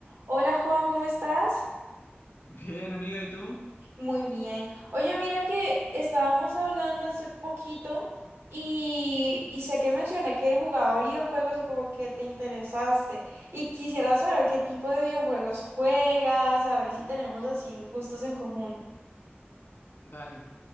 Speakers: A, on the right; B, on the left.
A: Hola Juan, ¿cómo estás?
B: Bien, amiga, ¿y tú?
A: Muy bien. Oye, mira que estábamos hablando hace poquito y, y sé que mencioné que jugaba videojuegos y como que te interesaste. Y quisiera saber qué tipo de videojuegos juegas, a ver si tenemos así gustos en común.
B: Dale.